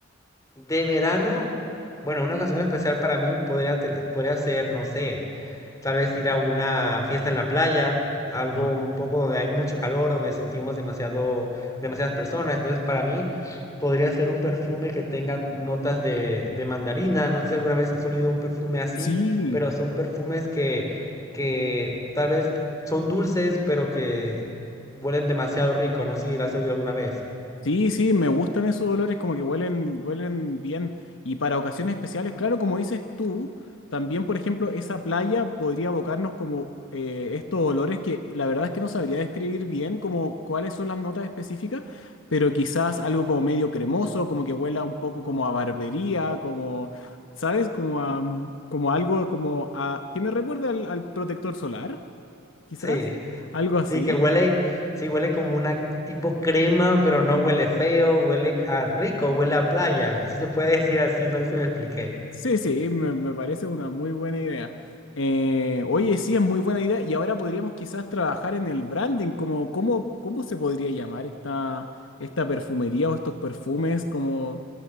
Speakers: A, on the left; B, on the left.
A: De verano, bueno, una ocasión especial para mí podría, tel- podría ser, no sé, tal vez ir a una fiesta en la playa, algo
B: Ajá.
A: un poco donde hay mucho calor, donde sentimos demasiado, demasiadas personas. Entonces, para mí podría ser un perfume que tenga notas de, de mandarina. No sé si alguna vez has olido un perfume así,
B: Sí,
A: pero son perfumes que, que tal vez son dulces, pero que huelen demasiado rico. No sé si lo has olido alguna vez.
B: Sí, sí, me gustan esos olores, como que huelen, huelen bien. Y para ocasiones especiales, claro, como dices tú, también, por ejemplo, esa playa podría abocarnos como eh, estos olores que la verdad es que no sabría describir bien como cuáles son las notas específicas, pero quizás algo como medio cremoso, como que huela un poco como a barbería, como, ¿sabes? Como a, mm, como algo como a, que me recuerda al, al protector solar, quizás,
A: Sí.
B: algo así.
A: Sí, que huele, sí, huele como una tipo crema, pero no huele feo, huele a rico, huele a playa. Así se puede <laughs> decir así, no sé si me expliqué.
B: Sí, sí, me, me parece una muy buena idea. Eh, oye, sí, es muy buena idea. Y ahora podríamos quizás trabajar en el branding, como, ¿cómo, cómo se podría llamar esta, esta perfumería o estos perfumes como